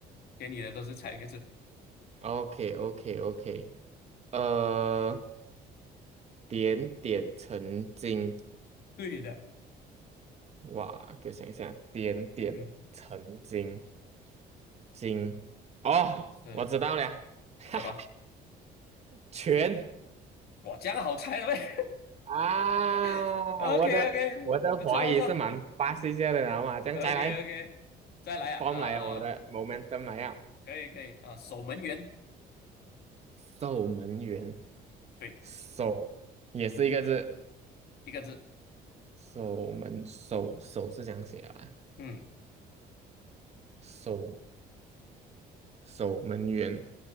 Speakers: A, on the left; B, on the right.
A: 给你的都是猜一个字。
B: OK OK OK，呃，点点成金，
A: 对的，
B: 哇，给我想一想，点点成金
A: 嗯哼，
B: 金哦，
A: 是
B: 我知道了，哈哈，
A: 什么？
B: 全
A: 哇，这样好猜了呗。
B: 啊，
A: <laughs> OK
B: 我的我的华语是蛮巴西一下的，
A: OK，不错不错。
B: 然后吗？这样再来
A: OK OK，再来啊，
B: ，form
A: 呃，
B: 来了我的 momentum 来了，
A: 可以可以啊，守门员，
B: 守门员，
A: 对，
B: 守也是一个字，
A: 一个字，
B: 守门守守是这样写的啊，
A: 嗯
B: 守守门员，